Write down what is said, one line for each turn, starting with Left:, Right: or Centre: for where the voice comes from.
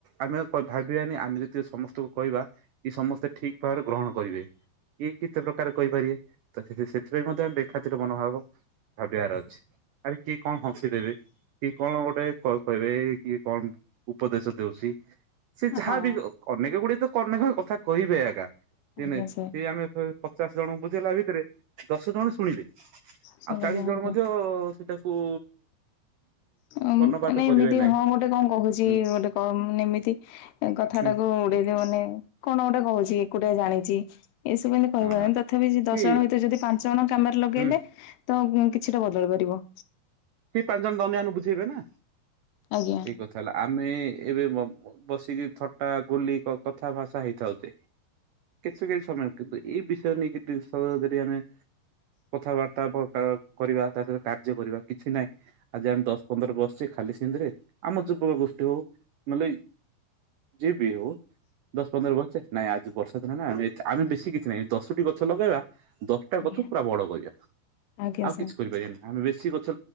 Right: ଆମେ ଥରେ ଭାବିଆନି ଆମେ ଯେତିକ ସମସ୍ତଙ୍କୁ କହିବା କି ସମସ୍ତେ ଠିକ୍ ଭାବରେ ଗ୍ରହଣ କରିବେ। କିଏ କେତେ ପ୍ରକାର କହିପାରିବେ? ତ ସେ ସେଥିପାଇଁ ମଧ୍ୟ ଆମ ବେଖାତିର ମନୋଭାବ ଭାବିବାର ଅଛି ଆରେ କିଏ କଣ ହସି ଦେବେ କିଏ କଣ ଗୋଟେ କହିବେ କିଏ କଣ ଉପଦେଶ ଦେଉଛି ସେ ଯାହାବି
Left: ହଁ
Right: ହଉ ଅନେକ ଗୁଡିଏ ତ ଅନେକ କଥା କହିବେ ଏଇକା <unintelligible>
Left: ଆଜ୍ଞା ସାର୍
Right: ସିଏ ଆମେ ପଚାଶ ଜଣଙ୍କୁ ବୁଝେଇଲା ଭିତରେ ଦଶ ଜଣ ଶୁଣିଲେ।
Left: ଶୁଣିବି
Right: ଆଉ ଚାଳିଶ ଜଣ
Left: ଆଜ୍ଞା
Right: ମଧ୍ୟ ସେଟାକୁ
Left: ମାନେ
Right: କର୍ଣ୍ଣପାତ କରିବେ
Left: ଏମିତି
Right: ନାହିଁ
Left: ହଁ ଗୋଟେ କଣ କହୁଛି
Right: ହୁଁ
Left: ଗୋଟେ କ ମେ ଏମିତି କଥାଟାକୁ
Right: ହଁ
Left: ଉଡେଇଦ ମାନେ କଣ ଗୋଟେ କହୁଛି ଏକୁଟିଆ ଜାଣିଛି। ଏଇସବୁ ଏମିତି କହିପାରନି
Right: ହଁ
Left: ତଥାପି ଦଶ
Right: କି
Left: ଜଣ ଭିତରେ ଯଦି ପାଞ୍ଚ ଜଣ କାମରେ ଲଗେଇଲେ
Right: ହୁଁ
Left: ତ କିଛିଟା ବଦଳ କରିବ।
Right: ସେ ପାଞ୍ଚ ଜଣ ଦନିଆନ ବୁଝେଇବେ ନା।
Left: ଆଜ୍ଞା
Right: ଏଇ କଥା ହେଲା ଆମେ ଏବେ ବସିକି ଥଟା ଗୁଲି କଥା ଭାଷା ହେଇଥାଉଛେ। କିଛି କିଛି ସମୟ କିନ୍ତୁ ଏଇ ବିଷୟରେ ନେଇକି ଯଦି ଆମେ କଥାବାର୍ତ୍ତା କରିବା ତା ସହିତ କାର୍ଯ୍ୟ କରିବା କିଛି ନାହିଁ ଆଜି ଆମେ ଦଶ ପନ୍ଦର ବର୍ଷେ ଖାଲି ସେନ୍ତିରେ ଆମ ଯୁବକ ଗୋଷ୍ଠୀ ହଉ ହେଲାକି, ଯିଏ ବି ହଉ ଦଶ ପନ୍ଦର ବର୍ଷେ ନାଇଁ ଆଜି ବର୍ଷା ଦିନ ନା ଆମେ ବେଶୀ କିଛି ନାହିଁ ଦଶଟି ଗଛ ଲଗେଇବା ଦଶଟା
Left: ଆଜ୍ଞା
Right: ଗଛ ପୁରା ବଡ କରିଆ
Left: ଆଜ୍ଞା
Right: ।ଆଉ
Left: ସାର୍
Right: କିଛି କରିପାରିବାନି ଆମେ ବେଶୀ ଗ କିଛି